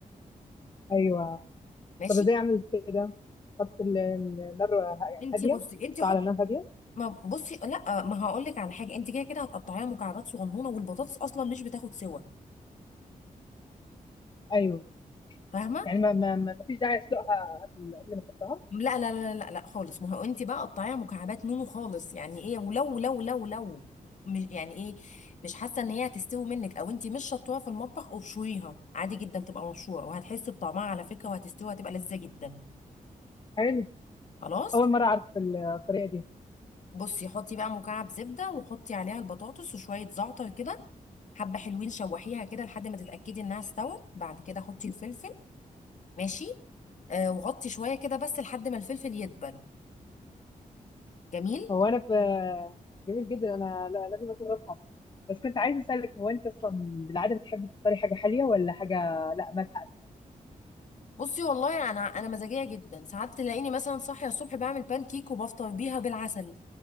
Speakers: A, on the left (about 30°); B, on the left (about 55°).
A: ايوه
B: ماشي
A: طب ازاي اعمل كده احط ال- ال- النار يعني
B: انتي
A: هاديه
B: بصي انتي
A: احطها على نار هاديه
B: ما بصي لا ما هقول لك على حاجه انت كده كده هتقطعيها مكعبات صغنونه والبطاطس اصلا مش بتاخد سوا
A: ايوه
B: فاهمه
A: يعني ما ما ما ما فيش داعي اسلقها قبل قبل ما احطها
B: لا لا لا لا لا خالص ما هو انت بقى قطعيها مكعبات نونو خالص يعني ايه ولو لو لو لو مش يعني ايه مش حاسه ان هي هتستوي منك او انت مش شطوها في المطبخ ابشريها عادي جدا تبقى مبشوره وهتحسي بطعمها على فكره وهتستوي هتبقى لذيذه جدا
A: حلو
B: خلاص
A: اول مره اعرف الطريقه دي
B: بصي حطي بقى مكعب زبده وحطي عليها البطاطس وشويه زعتر كده حبه حلوين شوحيها كده لحد ما تتاكدي انها استوت بعد كده حطي الفلفل ماشي آه وغطي شويه كده بس لحد ما الفلفل يدبل جميل
A: هو انا ب... جميل جدا انا لا- لازم اجربها بس كنت عايزه اسالك هو انت اصلا بالعاده بتحب تفطري حاجه حاليه ولا حاجه لا مالحه
B: بصي والله انا انا مزاجيه جدا ساعات تلاقيني مثلا صاحيه الصبح بعمل بان كيك وبفطر بيها بالعسل